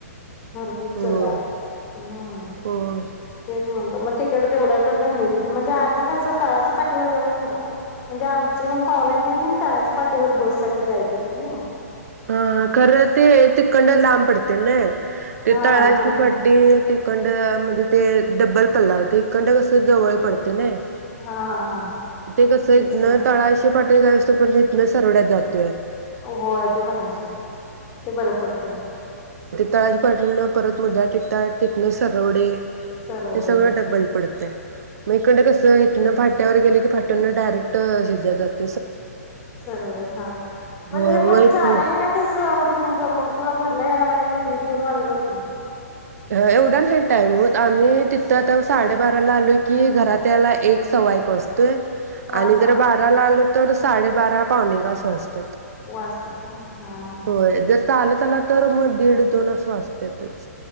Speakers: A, on the left; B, on the right.
A: भरपूर
B: होय
A: चढा हम्
B: होय
A: तेच म्हणल मग तिकड तेवढ्याकडऊन म्हणजे आधी कस तळाश पाठीवर जाऊन म्हणजे आमची पण पाहुणार गे तळाश पाठीवर बस साठी जायच होती ना
B: हा खरं ते तिकडं लांब पडते ना ते
A: हा
B: तळाशी
A: हा तुला
B: फड्डी तिकडं म्हणजे ते डबल पल्ला होते इकडंन कसं तर जवळ
A: हॅलो
B: पडते नाय?
A: हा हा हा.
B: ते कसं
A: तेच
B: हितन
A: की
B: तळाशी <unintelligible> सरवड्यात जात.
A: होय ते पण हाइच सोड ते बरं पडतयं.
B: ताज पटल परत मुदाळतिट्टा तितन सरवडे
A: सरवडे
B: ते सगळं डब्बल पडतयं. इकडं कसं इतन फाट्यावर गेल फाट्यावरनं डारेक्ट हेज्यात जातयं.
A: सरवड्यात हा म्हणजे
B: हो
A: फक्त
B: माहित
A: जाण
B: नाही
A: येण्यातच म्हणजे तुमच म्हणजे तुला घरला यायला माझ्या मते दीड- दोन वाजत असतील.
B: एवढा नाही टाईम होत. आम्ही तिथं <unintelligible> साडे बारा आलो की घरात त्याला एक सव्वा एक वाजतोय.
A: हा
B: आणि
A: हा
B: जर बाराला आलो तर साडेबारा पावुणे एक असं वाजत्यात.
A: वाजत्यात काय. हं ह.
B: होय जर चालत आल तर मग दीड दोन अस वाचत्यातचं.